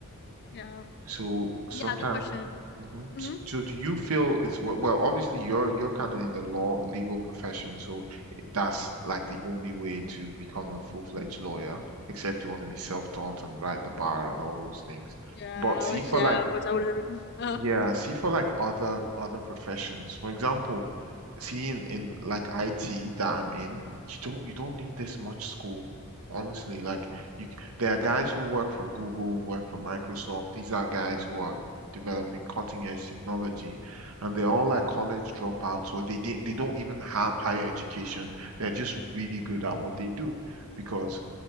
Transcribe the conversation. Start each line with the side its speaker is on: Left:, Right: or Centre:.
Left: yeah,
Right: So sometimes,
Left: yeah. Good question.
Right: hmm
Left: Mm-hmm.
Right: So do you feel it's wo- well, obviously you're you're kind of in the law legal profession, so that's like the only way to become a full-fledged lawyer, except you want to be self-taught and write the bar and all those things.
Left: Yeah,
Right: But see,
Left: which
Right: for
Left: yeah,
Right: like
Left: which I would never. be. Uh-huh.
Right: Yeah, see for like other other professions. For example, see in, in like IT that I'm in, you don't you don't need this much school. Honestly, like you c- there are guys who work for Google, work for Microsoft. These are guys who are developing cutting edge technology and they're all like college dropouts or they did they don't even have higher education. They're just really good at what they do because